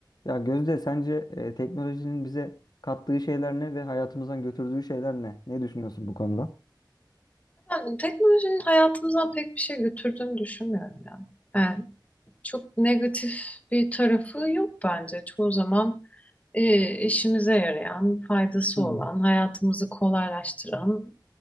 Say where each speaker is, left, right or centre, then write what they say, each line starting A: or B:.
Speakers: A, on the left; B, on the left.
A: Ya Gözde sence e, teknolojinin bize kattığı şeyler ne ve hayatımızdan götürdüğü şeyler ne? Ne düşünüyorsun bu konuda?
B: Ben teknolojinin hayatımızdan pek bir şey götürdüğünü düşünmüyorum ya. Yani çok negatif bir tarafı yok bence. Çoğu zaman e, işimize yarayan, faydası
A: Hı hı.
B: olan, hayatımızı kolaylaştıran